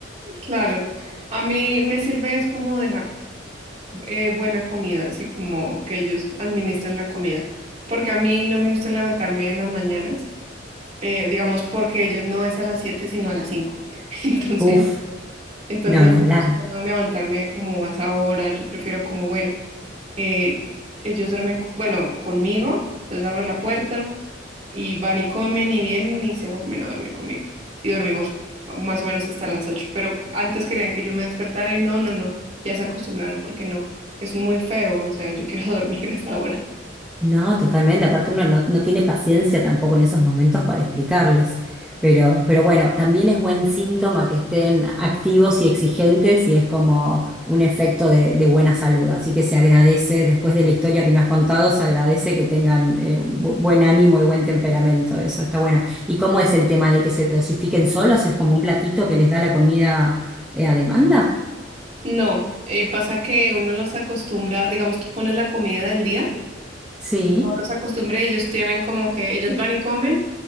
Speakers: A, on the right; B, in the centre.
A: claro. A mí me sirve es como dejar eh, buena comida, así como que ellos administren la comida, porque a mí no me gusta levantarme en las mañanas, eh, digamos porque ellos no es a las 7 sino a las 5, <laughs> entonces
B: Uf,
A: Entonces
B: no,
A: no
B: ni hablar.
A: me gusta levantarme como a esa hora, yo prefiero como, bueno, eh, ellos duermen, co- bueno, conmigo, les abro la puerta y van y comen y vienen y se vuelven a dormir conmigo. Y dormimos más o menos hasta las 8. pero antes querían que yo me despertara y no, no, no, ya se acostumbraron porque no, es muy feo, o sea, yo quiero <laughs> dormir hasta ahora.
B: No, totalmente. Aparte uno no, no tiene paciencia tampoco en esos momentos para explicarles. Pero, pero bueno, también es buen síntoma que estén activos y exigentes y es como un efecto de, de buena salud. Así que se agradece, después de la historia que me has contado, se agradece que tengan eh, bu- buen ánimo y buen temperamento. Eso está bueno. ¿Y cómo es el tema de que se dosifiquen solos? ¿Es como un platito que les da la comida eh, a demanda?
A: No, eh, pasa que uno los acostumbra, digamos, tú pones la comida del día.
B: Sí.
A: los acostumbré, ellos tienen como que ellos van y comen